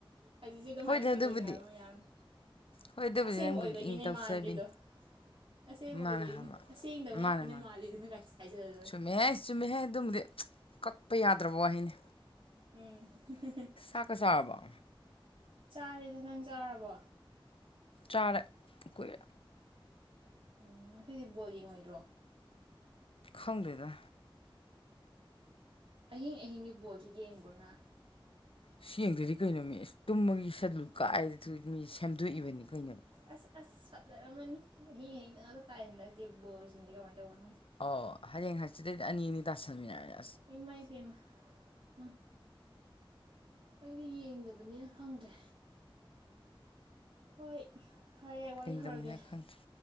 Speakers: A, on the right; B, on the left.
A: ꯑꯗꯨꯗꯤ ꯑꯗꯨꯝ
B: ꯍꯣꯏꯗ
A: ꯍꯥꯏꯔꯛꯀꯗꯣꯏꯅꯦ
B: ꯑꯗꯨꯕꯨꯗꯤ
A: ꯍꯥꯏꯕ ꯃꯌꯥꯝꯅ
B: ꯍꯣꯏ ꯑꯗꯨꯕꯨꯗꯤ
A: ꯑꯁꯦꯡꯕ
B: ꯅꯪꯕꯨꯗꯤ
A: ꯑꯣꯏꯕꯒꯤꯅꯦ
B: ꯏꯪ ꯇꯞꯆꯕꯤꯅꯤ
A: ꯃꯥꯟꯗ꯭ꯔꯤꯗꯣ ꯑꯁꯦꯡꯕ
B: ꯃꯥꯅꯦ
A: ꯑꯣꯏꯕꯩꯅꯦ
B: ꯍꯥꯏꯕ
A: ꯑꯁꯦꯡꯗꯕ
B: ꯃꯟꯅꯦ
A: ꯉꯥꯛꯇꯅꯦ
B: ꯃꯟꯅꯦ
A: ꯃꯥꯜꯂꯤꯗꯨꯅ ꯀꯥꯏ ꯍꯥꯏꯖꯜꯂꯗꯣꯏ
B: ꯆꯨꯝꯃꯦꯍꯦ ꯆꯨꯝꯃꯦꯍꯦ ꯑꯗꯨꯝꯃꯗꯤ ꯀꯛꯄ ꯌꯥꯗ꯭ꯔꯕ ꯋꯥꯍꯩꯅꯦ
A: ꯎꯝ <unintelligible>
B: ꯆꯥꯛꯀꯥ ꯆꯔꯕꯣ?
A: ꯆꯥꯔꯦꯗ ꯅꯪ ꯆꯥꯔꯕꯣ?
B: ꯆꯥꯔꯦ ꯀꯨꯏꯔꯦ
A: <unintelligible> ꯉꯁꯤꯗꯤ ꯕꯣꯜ ꯌꯦꯡꯉꯣꯏꯗ꯭ꯔꯣ?
B: ꯈꯪꯗꯦꯗ
A: ꯑꯍꯤꯡ ꯑꯍꯤꯡꯒꯤ ꯕꯣꯜꯁꯦꯠ ꯌꯦꯡꯕ꯭ꯔꯣ ꯅꯥ?
B: ꯁꯤ ꯌꯦꯡꯗꯗꯤ ꯀꯩꯅꯣꯃꯤ ꯏꯁ ꯇꯨꯝꯕꯒꯤ ꯁꯦꯗꯨꯜ ꯀꯥꯏꯗ ꯊꯨꯠ ꯃꯤ ꯁꯦꯝꯗꯣꯛꯏꯕꯅꯤ ꯀꯩꯅꯣ
A: ꯑꯁ ꯑꯁ ꯐꯠꯖꯔꯝꯃꯅꯤ ꯑꯍꯤꯡ ꯑꯍꯤꯡꯗ ꯉꯛꯇꯥ ꯇꯥꯏ ꯍꯟꯗꯛꯇꯤ ꯕꯣꯜ ꯁꯤꯡꯁꯦ ꯀꯃꯥꯏ ꯇꯧꯕꯅꯣ ꯈꯪꯗꯦ
B: ꯑꯣ ꯍꯌꯦꯡ ꯍꯪꯆꯤꯡꯗꯩꯗꯤ ꯑꯅꯤ ꯑꯅꯤ ꯇꯥꯁꯤꯟꯃꯤꯟꯅ ꯔꯦꯅ
A: ꯏꯃꯥꯏꯕꯦꯝꯃꯥ ꯎꯝ ꯑꯩꯗꯤ ꯌꯦꯡꯗꯕꯅꯤꯅ ꯈꯪꯗ꯭ꯔꯦ ꯍꯣꯏ ꯐꯥꯔꯦ ꯋꯥꯔꯤ
B: ꯌꯦꯡꯗꯝꯅꯤꯅ
A: ꯍꯧꯔꯒꯦ
B: ꯈꯪꯗ꯭ꯔꯦ